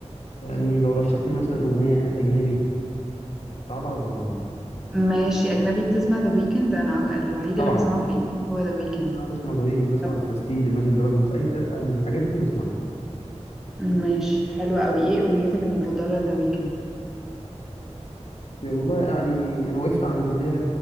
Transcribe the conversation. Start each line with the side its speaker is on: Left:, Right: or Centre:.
Left: يعني لو رشحت لي مثلا اغنيه اجنبي صعبه ولا
Centre: ماشي اجنبي بتسمع ذا ويكند انا الوحيده
Left: طبعا
Centre: اللي بسمعه في الانجليزي هو ذا ويكند
Left: انا بسمع زويجي بسمع
Centre: طب
Left: الباستيل ايماجن دراجونز اي فرقه من الحاجات دي بسمعها
Centre: ماشي حلو قوي ايه اغنيتك المفضله لذا ويكند
Left: والله يعني انا وقفت عند اللي هي